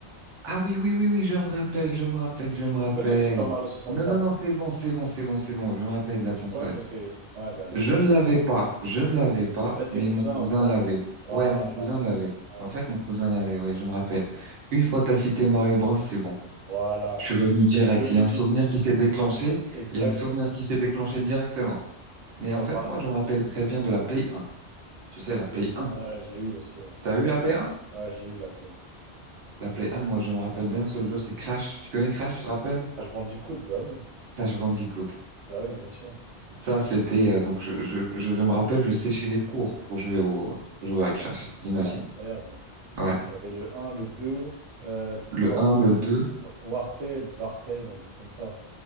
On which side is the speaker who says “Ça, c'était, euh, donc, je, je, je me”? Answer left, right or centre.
Right